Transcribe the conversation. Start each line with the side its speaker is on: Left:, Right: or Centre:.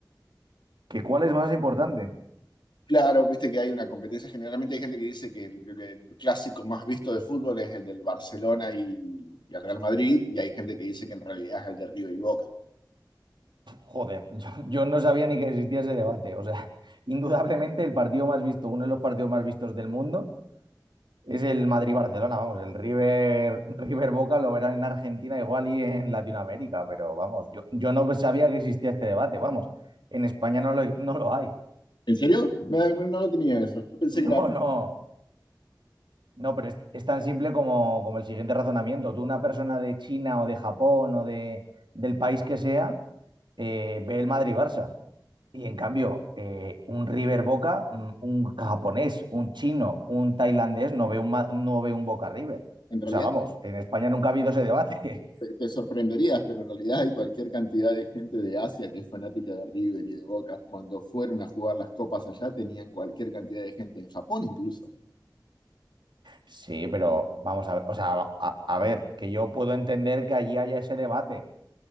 Right: ¿Que cuál es más importante?
Left: Claro, viste que hay una competencia. Generalmente hay gente que dice que el, que el clásico más visto de fútbol es el del Barcelona y, y el Real Madrid, y hay gente que dice que en realidad es el de River y Boca.
Right: Joder, <laughs> yo, yo no sabía ni que existía ese debate. O sea, <laughs> indudablemente el partido más visto, uno de los partidos más vistos del mundo, es el Madrid-Barcelona, vamos, el River, <laughs> River Boca lo verán en Argentina igual y en Latinoamérica, pero vamos, yo, yo no sabía que existía este debate, vamos, en España no lo, no lo hay.
Left: ¿En serio? No, no- no lo tenía
Right: <laughs>
Left: eso. Yo pensé
Right: No,
Left: que era,
Right: no. No, pero es, es tan simple como, como el siguiente razonamiento. Tú, una persona de China o de Japón o de, del país que sea, eh, ve el Madrid-Barça. Y en cambio, eh, un River Boca, mm, un japonés, un chino, un tailandés, no ve un, ma- no ve un Boca River.
Left: en realidad
Right: O sea, vamos, en España nunca ha habido ese debate. <laughs>
Left: te, te sorprenderías, pero en realidad hay cualquier cantidad de gente de Asia que es fanática de River y de Boca. Cuando fueron a jugar las copas allá, tenían cualquier cantidad de gente, en Japón incluso.
Right: Sí, pero vamos a ver, o sea, a, a ver, que yo puedo entender que allí haya ese debate,